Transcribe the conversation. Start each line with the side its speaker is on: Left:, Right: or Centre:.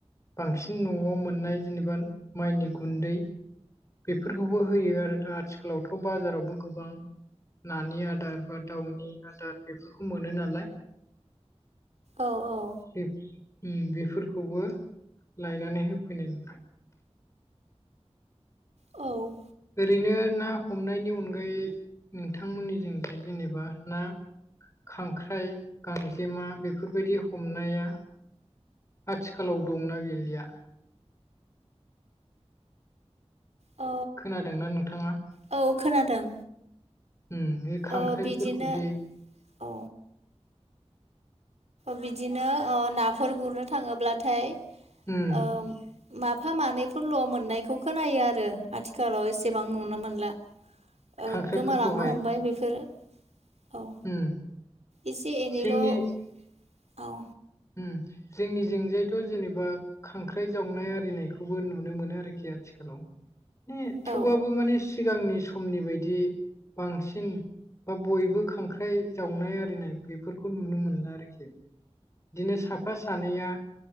Left: बांसिन न'आव मोननाय जेनेबा माइनि गुन्दै बेफोरखौबो होयो आरो दा आथिखालावथ' बाजारावबो गोबां नानि आदार बा दाउनि आदार बेफोरखौ मोनो नालाय
Right: औ औ
Left: बे बेफोरखौबो लायनानै होफैनाय <unintelligible>
Right: औ
Left: ओरैनो ना हमनायनि अनगायै नोंथांमोननिजों जेनेबा ना खांख्राइ गांजेमा बेफोरबायदि हमनाया आथिखालाव दंना गैलिया
Right: औ
Left: खोनादोंना नोंथाङा?
Right: औ खोनादों
Left: उम बे खांख्राइफोरखौदि
Right: ओ बिदिनो औ बिदिनो अ नाफोर गुरनो थाङोब्लाथाय
Left: उम
Right: ओ माफा मानैफोरल' मोननायखौ खोनायो आरो आथिखालाव एसेबां नुनो मोनला
Left: <inaudible> खांख्राइफोरखौहाय
Right: औ गोमालांनो हमबाय बेफोरो औ
Left: उम
Right: एसे एनैल'
Left: जोंनि
Right: औ
Left: उम जोंनि जोंजायथ' जेनेबा खांख्राइ जावनाय आरिनायखौबो नुनो मोनो आरोखि आथिखालाव उम‌‌
Right: औ
Left: थेवबाबो माने सिगांनि समनि बायदि बांसिन बा बयबो खांख्राइ जावनाय आरिनाय बेफोरखौ नुनो मोनला आरोखि बिदिनो साफा सानैया